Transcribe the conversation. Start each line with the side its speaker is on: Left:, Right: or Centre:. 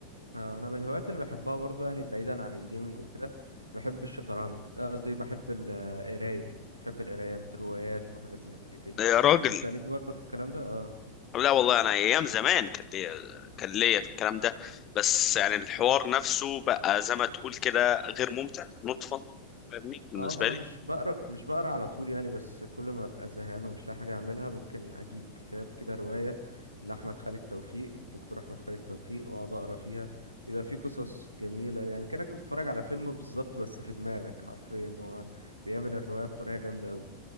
Right: آه انا من الهوايات اللي بحبها برضو يعني بعيدا عن الجيمنج وكده بحب الشطرنج آه، قصدي بحب ال- آه، القرايه بحب القرايه روايات وحاجات زي كده
Left: يا راجل
Right: انت ليك برضو في الكلام ده اه
Left: لا والله انا ايام زمان كان ليا كان ليا في الكلام ده بس يعني الحوار نفسه بقى زي ما تقول كده غير ممتع نطفا فاهمني بالنسبه
Right: اه ما انا
Left: لي
Right: مش بقرا مش بقرا على طول يعني بس كل ما ابقى زهقان ومش لاقي حاجه اعملها ممكن اجيب كتاب كده روايه لاحمد خالد توفيق الدكتور احمد خالد توفيق واقعد اقرا فيها بيبقى فيه قصص جميله يعني كانك بتتفرج على فيلم بالظبط بس في دماغك حرفيا هو بيعمل الروايه بطريقه جامده قوي